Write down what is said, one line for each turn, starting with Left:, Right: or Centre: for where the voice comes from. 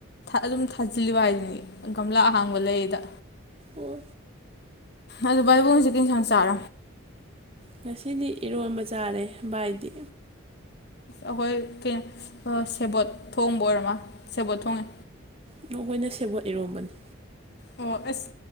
Left: ꯑꯗꯨꯝ ꯊꯥꯖꯤꯜꯂꯤꯕ ꯍꯥꯏꯗꯨ ꯅꯦ ꯒꯝꯂꯥ ꯑꯍꯥꯡꯕ ꯂꯩꯌꯦꯗ
Right: ꯑꯣ
Left: ꯑꯗꯨ ꯕꯥꯥꯏꯕꯨ ꯀꯩ ꯑꯦꯟꯁꯥꯡ ꯆꯥꯔ꯭
Right: ꯉꯁꯤꯗꯤ ꯏꯔꯣꯟꯝꯕ ꯆꯥꯔꯦ ꯚꯥꯏꯗꯤ
Left: ꯑꯩꯈꯣꯏ ꯀ ꯁꯦꯕꯣꯠ ꯊꯣꯡꯕ ꯑꯣꯏꯔꯃ ꯁꯦꯕꯣꯠ ꯊꯣꯡꯉꯦ
Right: ꯑꯩꯈꯣꯏꯅ ꯁꯦꯕꯣꯠ ꯏꯔꯣꯝꯕꯅꯤ
Left: ꯑꯣ ꯑꯁ